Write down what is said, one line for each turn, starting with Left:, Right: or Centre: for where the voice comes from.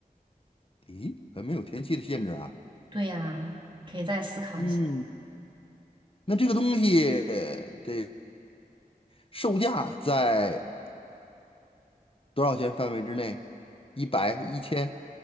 Left: 咦，还没有天气的限制啊，
Right: 对呀，可以再思考一下。
Left: 嗯，那这个东西得售价在多少钱范围之内？一百、一千